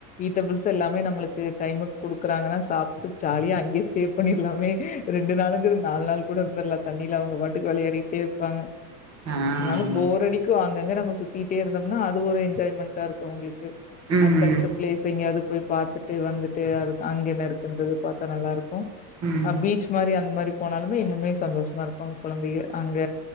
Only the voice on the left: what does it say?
ஈடபிள்ஸ் எல்லாமே நம்ளுக்கு டைமுக்கு குடுக்குறாங்கன்னா ச் சாப்ட்டுட்டு ஜாலியா அங்கயே ஸ்டே பண்ணிட்லாமே ரெண்டு நாளுங்குற நாலு நாள் கூட இருந்துட்லா தண்ணியில அவங்க பாட்டுக்கு வெளையாடிட்டே இருப்பாங்க
அதனால
போர் அடிக்கு ஆங்க ங்க நம்ம சுத்திட்டே இருந்தோம்னா அது ஒரு என் ஜாய்மெண்டா இருக்கு அவுங்களுக்கு
அடுத்தடுத்த பிளேஸ் எங்கேயாது போய் பாத்துட்டு வந்துட்டு அரு அங்க என்ன இருக் குன்ரது பாத்தா நல்லா இருக்கு
அஹ் பீச் மாரி அந்த மாரிப் போனாலுமே இன்னுமே சந்தோஷமா இருக்கு அங்க் குழந்தைங்க அங்க